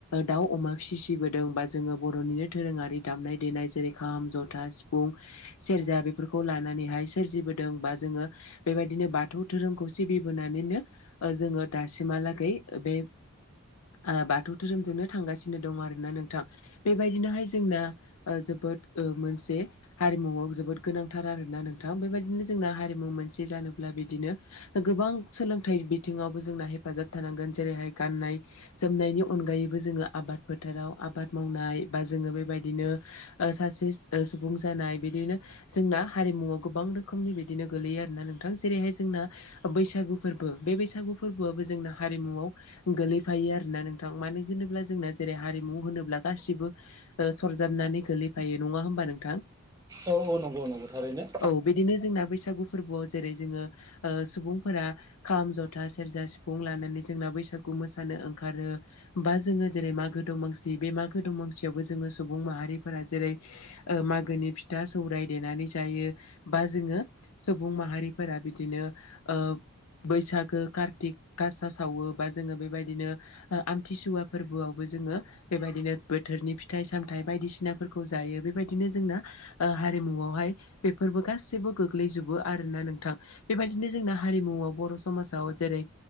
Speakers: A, on the left; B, on the right.
A: दाउ अमा फिसिबोदों बा जोङो बर'निनो दोरोङारि दामनाय देनाय जेरै खाम जथा सिफुं सेरजा बेफोरखौ ला नानैहाय सोरजिबोदों बा जोङो बेबायदिनो बाथौ धोरोमखौ सिबिबोनानैनो ओ जोङो दासिमहालागै बे ओ बाथौ धोरोमजोंनो थांगासिनो दं आरो ना नोंथां बेबायदिनोहाय जोंना जोबोद मोनसे हारिमुवआव जोबोद गोनांथार आरोना नोंथां बेबायदिनो जोंना हारिमु मोनसे जानोब्ला बिदिनो गोबां सोलोंथाइ बिथिङावबो जोंना हेफाजाब थानांगोन जेरैहाय गाननाय जोमनायनि अनगायैबो जोङो आबाद फोथाराव आबाद मावनाय बा जोङो बेबायदिनो सासे सुबुं जानाय बिदिनो जोंना हारिमुआव गोबां रोखोमनि बिदिनो गोलैयो आरोना नोंथां जेरैहाय जोंना बैसागु फोरबो बे बैसागु फोरबोआबो जोंना हारिमुआव गोलैफायो आरोोना नोंथां मानो होनोब्ला जोंना जेरै हारिमु होनोब्ला गासिबो सरजाबनानै गोलैफायो नङा होमबा नोंथां
B: औ औ नंगौ नंगौ थारैनो।
A: औ बिदिनो जोंना बैसागु फोरबोआव जेरै जोङो ओ सुबुंफोरा खाम जथा सेरजा सिफुं लानानै जोंना बैसागु मोसानो ओंखारो। बा जोङो जेरै मागो दमासि बे मागो दमांसियावबो जोङो सुबुं माहारिफोरा जेरै मागोनि फिथा सौराय देनानै जायो बा जोङो सुबुं माहारिफोरा बिदिनो ओ बैसागो कार्तिक गासा सावो बा जोङो बेबायदिनो ओ आमथिसुवा फोरबोआवबो जोङो बेबायदिनो बोथोरनि फि फिथाइ सामथाइ बायदिसिनाफोरखौ जायो बेबायदिनो जोंना ओ हारिमुआवहाय बेफोरबो गासैबो गोग्लैजोबो आरोना नोंथां? बेबायदिनो जोंना हारिमुआव बर' समाजाव जेरै